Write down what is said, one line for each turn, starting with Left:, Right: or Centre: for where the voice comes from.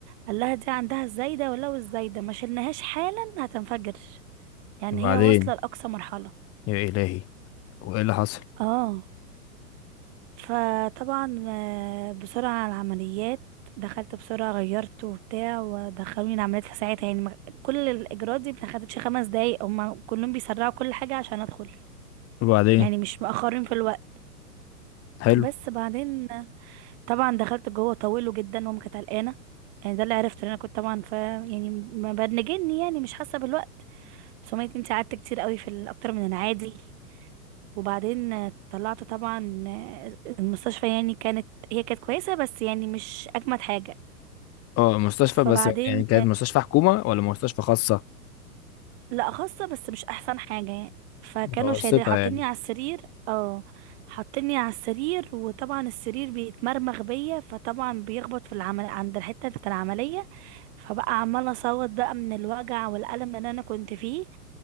Right: قال لها دي عندها الزايده ولو الزايده ما شلناهاش حالا هتنفجر يعني
Left: وبعدين
Right: هي واصله لاقصى مرحله
Left: يا الهي وايه اللي حصل
Right: اه فطبعا آه، بسرعه على العمليات دخلت بسرعه غيرت وبتاع ودخلوني العمليات في ساعتها يعني ما- كل الاجراءات دي ما خدتش خمس دقايق هما كلهم بيسرعوا كل حاجه عشان ادخل
Left: وبعدين
Right: يعني مش مأخرين في الوقت
Left: حلو
Right: بس بعدين طبعا دخلت جوه طويله جدا ماما كانت قلقانه يعني ده اللي عرفته لأن انا كنت طبعا ف يعني ما بنجني يعني مش حاسه بالوقت بس ماما قالت انت قعدت كتير قوي في ال- اكتر من العادي وبعدين طلعت طبعا المستشفى يعني كانت هي كانت كويسه بس يعني مش اجمد حاجه
Left: اه مستشفى
Right: فبعدين
Left: بس يعني كانت مستشفى حكومه ولا مستشفى خاصه
Right: لا خاصة بس مش احسن حاجة يعني فكانوا
Left: متوسطه
Right: شايلين حاطيني
Left: يعني
Right: على السرير اه حاطيني على السرير وطبعا السرير بيتمرمغ بيا فطبعا بيخبط في العمل عند الحتة بتاعت العملية فبقى عمالة اصوت بقى من الوجع والألم اللي انا كنت فيه